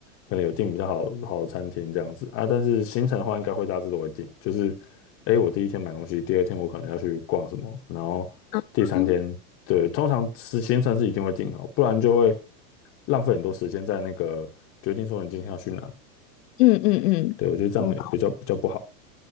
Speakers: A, on the left; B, on the left.
A: 可能有订比较好好的餐厅这样子啊，但是行程的话应该会大致都会定，就是诶，我第一天买东西，第二天我可能要去逛什么，然后第三天对，
B: 嗯嗯
A: 通常是行程是一定会定好，不然就会浪费很多时间在那个决定说你今天要去哪，
B: 嗯嗯嗯，
A: 对，我觉得这样也比较比较不好，
B: 哦，